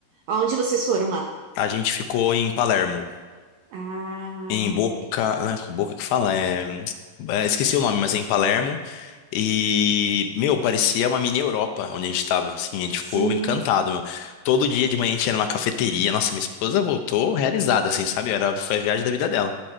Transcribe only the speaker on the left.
A gente ficou em Palermo.
Em Boca, né, Boca que fala, é, é, esqueci o nome, mas é em Palermo. E, meu, parecia uma mini Europa onde a gente tava, assim, a gente
ficou encantado, meu. Todo dia de manhã a gente era numa cafeteria. Nossa, minha esposa voltou realizada, assim, sabe? Era, foi a viagem da vida dela.